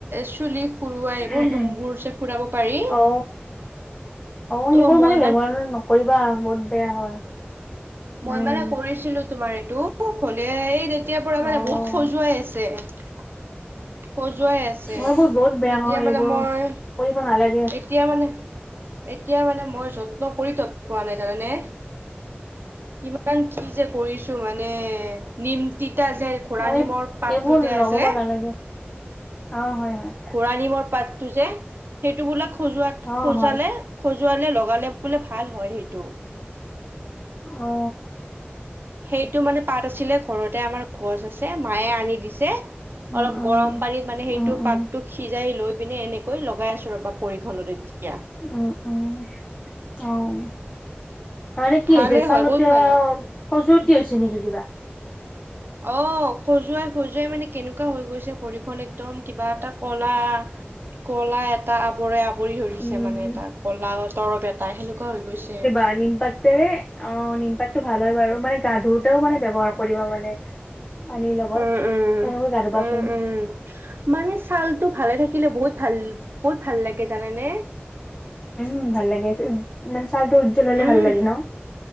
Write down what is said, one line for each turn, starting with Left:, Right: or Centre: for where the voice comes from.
Right: চুলি সৰুৱাই
Left: উম,
Right: এইবোৰ নোমবোৰ
Left: উম।
Right: যে সুৰাব পাৰি।
Left: অ' অ সেইবোৰ
Right: ত' মই
Left: মানে ব্যৱহাৰ নকৰিবা বহুত বেয়া হয়।
Right: মই
Left: অ'
Right: মানে কৰিছিলো তোমাৰ এইটো। হলে এই তেতিয়া পৰা মানে
Left: অ'
Right: বহুত খজুৱাই আছে। খজুৱাই আছে,
Left: এইবোৰ বহুত বেয়া
Right: এতিয়া
Left: হয়
Right: মানে
Left: এইবোৰ
Right: মই
Left: কৰিব নালাগে। উম,
Right: এ তিয়া মানে এতিয়া মানে মই যত্ন কৰি তত পোৱা নাই জানানে? কিমান কি যে কৰিছো মানে নিম তিতা যে ঘোৰা
Left: অ
Right: নিমৰ
Left: এই
Right: পাতটো
Left: এইবোৰ
Right: যে
Left: লগাব
Right: আছে
Left: নালাগে অ হয় হয়।
Right: ঘোঁৰা নিমৰ পাতটো যে, সেইটো বোলে খজোৱাত
Left: অ'
Right: খজালে
Left: হয়।
Right: খজুৱালে লগালে বোলে ভাল হয় সেইটো।
Left: অ।
Right: সেইটো মানে পাত আছিলে ঘৰতে আমাৰ গছ আছে মায়ে আনি দিছে,
Left: উম,
Right: অলপ
Left: উম।
Right: গৰম পানীত মানে সেইটো
Left: উম, উম,
Right: পাতটো সিজাই লৈ পিনে এনেকৈ লগাই আছো ৰবা পৰিখনত এতিয়া।
Left: উম উম হয়। তাৰমানে কি
Right: ভালে
Left: হৈছে চালত
Right: হয় বহুত
Left: কিবা
Right: ভাল হয়
Left: খজুৱতি হৈছে নেকি কিবা?
Right: অ খজুৱাই - খজুৱাই মানে কেনেকুৱা হৈ গৈছে ভৰিখন একদম কিবা এটা কলা কলা এটা আৱৰে আৱৰি ধৰিছে
Left: উম।
Right: মানে এটা কলা তৰৱ এটা সেনেকুৱা হৈ গৈছে।
Left: আ নিম পাত তেৰে অ নিমপাতটো ভাল হয় বাৰু মানে গা ধুওতেও মানে ব্যৱহাৰ কৰিবা মানে পানীৰ লগত,
Right: উম উম
Left: তেনেকৈ গা ধোবাচোন।
Right: উম <unintelligible> মানে ছালটো ভালে থাকিল তে বহুত ভাল বহুত ভাল লাগে জানানে?
Left: উম ভাল লাগে মানে চালটো উজ্জ্বল হলে
Right: উম
Left: ভাল লাগে ন?